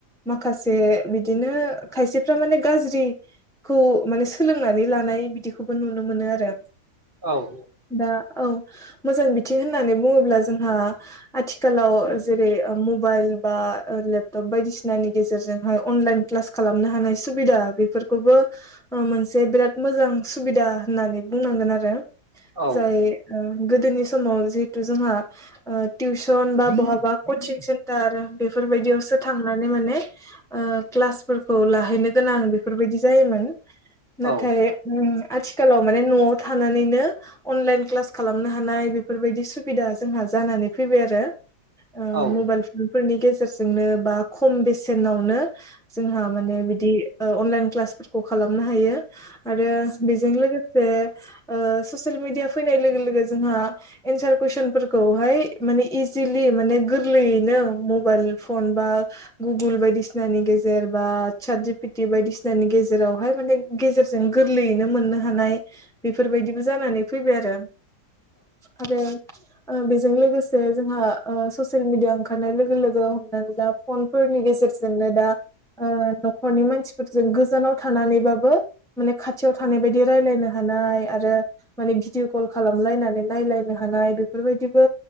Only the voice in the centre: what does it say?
माखासे बिदिनो खायसेफ्रा माने गाज्रि खौ माने सोलोंनानै लानाय बिदिखौबो नुनो मोनो आरो
दा औ मोजां बि थिं होननानै बुङोब्ला जोंहा आथिखालाव जेरै मबाइल बा लेपटप बायदिसिनानि गेजेरजोंहाय अनलाइन क्लास खालामनो हानाय सुबिदा बेफोरखौबो ओ मोनसे बेराद मोजां सुबिदा होननानै बुंनांगोन आरो
जाय ओ गोदोनि समाव माव जिहेतु जोंहा टिउसन बा बहाबा कचिं सेन्टार बेफोरबायदियावसो थांनानै माने माने ओ ‌क्लास फोरफोरखौ लाहैनो गोनां बेफोरबायदि जायोमोन नाथाय
ओम आथिखालाव माने न'आव थानानैनो अनलाइन क्लास खालामनो हानाय बेफोरबायदि सुबिदा जोंहा जानानै फैबाय आरो ओ
मबाइल
फनफोरनि गेजेराव जोंनो बा खम बेसेनावनो जोंहा माने बिदि ओ अनलाइन क्लासफोरखौ खालामनो हायो आरो बेजों लोगोसे जे ससियेल मिडिया फैनाय लोगो लोगो जोंहा एन्सार कुइसनफोरखौहाय माने इजिलि माने गोरलैयैनो मबाइल फन बा गुगोल बायदिसिनानि गेजेर बा चात जिपिटि बायदिसिनानि गेजेरावहाय माने गेजर जों गोरलैयैनो मोननो हानाय बेफोरबायदिबो जानानै फैबाय आरो आरो ओ बेजों लोगोसे जोंहा ससियेल मिडिया ओंखारनाय लोगो लोगो हमनानै ला फनफोर फोरनि गेजेरजोंनोदा ओ न'खरनि मानसिफोरजों गोजानाव थानानैबाबो माने खाथियाव थानाय बायदि रायलायनो हायो नाय आरो माने भिदिअ कल खालामलायनानै नायलायनाय हानाय बेफोरबायदिबो